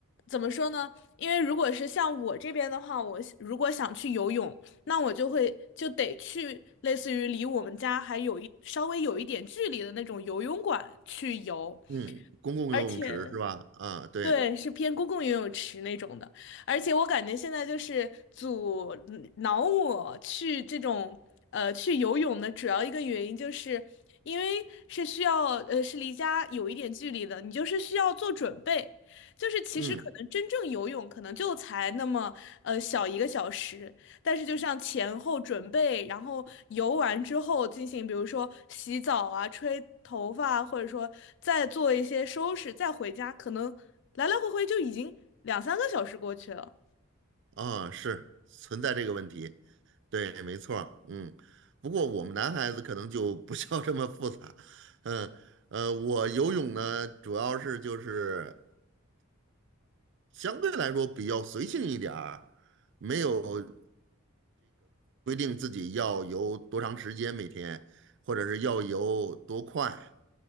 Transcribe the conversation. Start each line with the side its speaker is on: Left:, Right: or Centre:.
Left: 怎么说呢？因为如果是像我这边的话，我想如果想去游泳，那我就会就得去类似于离我们家还有一稍微有一点距离的那种游泳馆去游，
Right: 嗯，公共游泳池是吧？
Left: 而且
Right: 啊，对，
Left: 对，是偏公共游泳池那种的，而且我感觉现在就是阻嗯挠我去这种呃去游泳的主要一个原因，就是因为是需要呃是离家有一点距离的，你就是需要做准备，就是其实可能真正游泳可能就才那么呃小一个小时，
Right: 嗯，
Left: 但是就像前后准备，然后游完之后进行，比如说洗澡啊、吹头发啊，或者说再做一些收拾，再回家，可能来来回回就已经两三个小时过去了。
Right: 啊，是存在这个问题，对，没错儿嗯。不过我们男孩子可能就不需要这么复杂，嗯，呃，我游泳呢，主要是就是相对来说比较随性一点儿，没有规定自己要游多长时间每天，或者是要游多快，